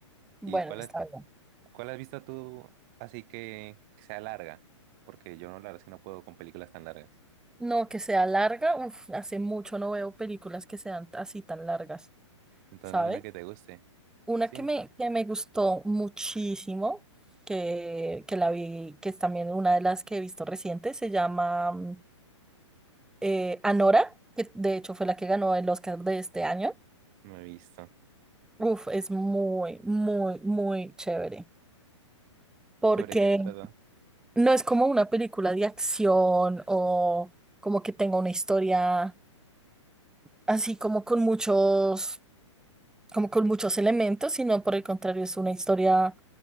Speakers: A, in the centre; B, on the right.
A: Bueno,
B: ¿Y cuál
A: está
B: es,
A: bien.
B: ¿Cuál has visto tú así que, que sea larga? Porque yo no, la verdad es que no puedo con películas tan largas.
A: No, que sea larga. Uf, hace mucho no veo películas que sean así tan largas,
B: Entonces,
A: ¿sabes?
B: una que te guste.
A: Una
B: Sí,
A: que me, que me gustó muchísimo, que, que la vi, que es también una de las que he visto reciente, se llama mm, eh, Anora, que de hecho fue la que ganó el Oscar de este año.
B: no he visto.
A: Uf, es muy, muy, muy chévere. Porque
B: ¿Sobre qué trata?
A: No es como una película de acción o como que tenga una historia así como con muchos, como con muchos elementos, sino por el contrario, es una historia